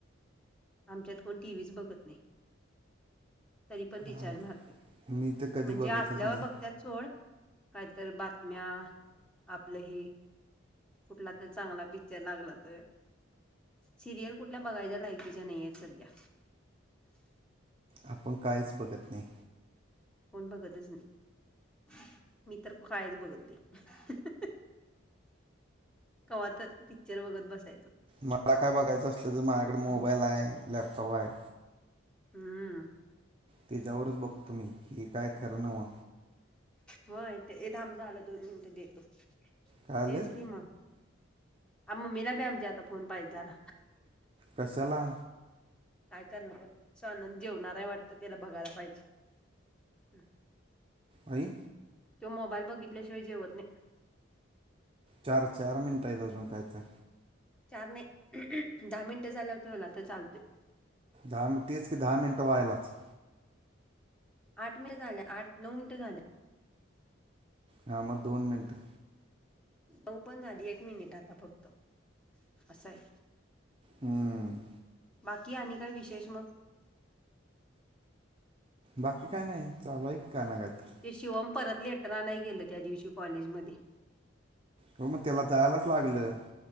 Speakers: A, in the centre; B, on the right.
A: आमच्यात कोण टी व्हीच बघत नाही तरी पण रिचार्ज
B: आम-
A: मारत
B: मी तर कधी
A: म्हणजे
B: बघतच
A: असल्यावर
B: नाही
A: बघ बघतात सोड काहीतरी बातम्या आपलं हे कुठला तर चांगला पिक्चर लागला तर सिरियल कुठल्या बघायच्या लायकीच्या नाही आहेत सध्या
B: आपुण कायच बघत नाही
A: कोण बघतच नाही मी तर कायच बघत नाही कवाहा तर पिक्चर बघत बसायचं
B: मला काय बघायचं असलं तर माझ्याकडे मोबाईल
A: कर
B: आहे लॅपटॉप आहे.
A: हम्म
B: त्याच्यावरच बघतो मी की काय खरं नव
A: होय ते थांब जर दोन मिनटं देतो तेच
B: काय आलं
A: की मग आ मम्मीला बी आमच्या आता फोन पाहिजे झाला
B: कशाला?
A: काय करणार असं आनंद जेवणारय वाटतं त्याला बघायला पाहिजे हम्म
B: आई
A: तो मोबाईल बघितल्याशिवाय जेवत नाही
B: चार चार मिनटं आहे आजून काय तर
A: चार नाही दहा मिनटं झाल्यावर ठेवला तर चालते
B: दहा मिनटं तेच की दहा मिनटं व्हायलाच
A: आठ मी झालं आठ नऊ मिनटे झालं
B: हा मग दोन मिनटं
A: नऊ पण झाली एक मिनिट आता फक्त असं आहे
B: हम्म
A: बाकी आणि काय विशेष मग?
B: बाकी काय नाही चालूय की काय ना काय तर
A: ते शिवम परत लेटर नाही गेलं त्या दिवशी कॉलेज मध्ये
B: हो मग त्याला जायलाच लागलं